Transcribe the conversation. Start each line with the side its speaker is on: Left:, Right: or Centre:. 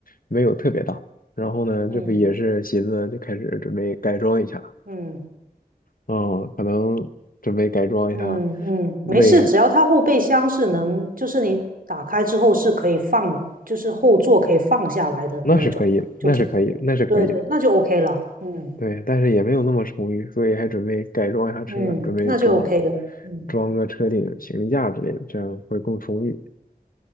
Left: 没有特别大，然后呢，
Right: 嗯
Left: 这不也是寻思就开始准备改装一下，
Right: 嗯
Left: 嗯，可能准备改装一下，
Right: 嗯嗯，
Left: 为
Right: 没事，只要它后备箱是能，就是你打开之后是可以放，就是后座可以放下来的那种，
Left: 那是可以的，
Right: 就挺重要的对对，
Left: 那是可以的，那是可以的。
Right: 那就 OK 了。嗯
Left: 对，但是也没有那么充裕，所以还准备改装一下车，
Right: 嗯，
Left: 准备装
Right: 那就 OK 了。嗯。
Left: 装个车顶、行李架之类的，这样会更充裕。